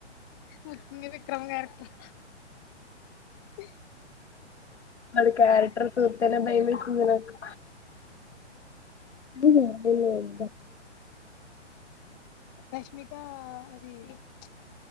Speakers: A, on the left (about 20°); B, on the left (about 70°).
A: <unintelligible> విక్రమ్ క్యారెక్టర్ ఇ
B: అది క్యారెక్టర్ సూత్తనే భయమేస్త్ తుంది నాక్. అ వె బ
A: రష్మికా అదీ ప్చ్